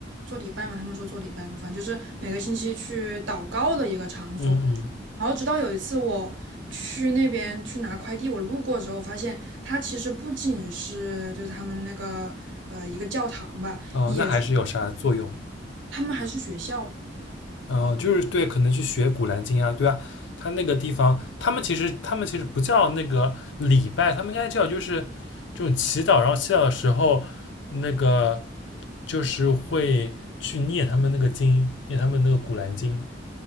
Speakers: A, on the right; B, on the left.
A: 做礼拜嘛，他们说做礼拜嘛，反正就是每个星期去祷告的一个场所。
B: 嗯嗯，
A: 然后直到有一次我去那边去拿快递，我路过之后发现它其实不仅是就是他们那个呃一个教堂吧，
B: 哦，
A: 也是
B: 那还是有啥作用？
A: 他们还是学校。
B: 哦，就是对，可能去学《古兰经》啊，对啊，他那个地方，他们其实他们其实不叫那个礼拜，他们应该叫就是这种祈祷，然后祈祷的时候，那个就是会去念他们那个经，念他们那个《古兰经》，